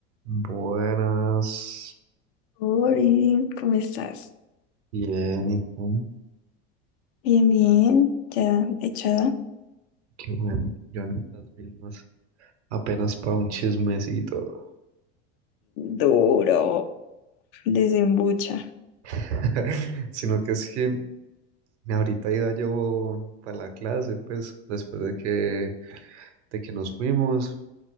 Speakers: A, on the right (about 85°); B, on the left (about 70°).
A: Buenas,
B: Ori, ¿cómo estás?
A: bien, ¿y tú?
B: Bien, bien, ya echada.
A: Qué bueno, yo ando en las mismas, apenas para un chismecito,
B: Duro, desembucha.
A: <laughs> sino que es que ahorita iba yo para la clase, pues, después de que, de que nos fuimos,